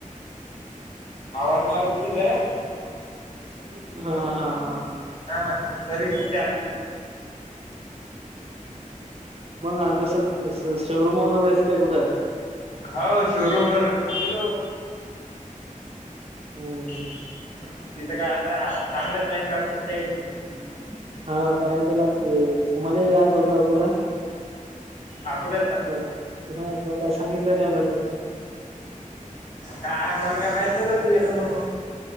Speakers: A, on the left; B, on the right.
A: आवाज मारत होती जरा.
B: <unintelligible> हा, हा, हा.
A: हा ह. सर्व्हिसिंग आलती ती.
B: मग आता स शोरूम व वरस काय, कुठं?
A: हो. शोरूम वर आलेलो.
B: हम्म
A: <unintelligible>
B: हम्म
A: हम्म, तिथं का आता, चांगलाच टाईम लागतयं न
B: <unintelligible> हा, टाइम त लागतयच. मले याच होत अकोला,
A: अकोल्यात का
B: बघ. ह, ब काय सांगितलं नाही, म्हणे.
A: काय, मल काय माहितलं तू याेतं म्हणून.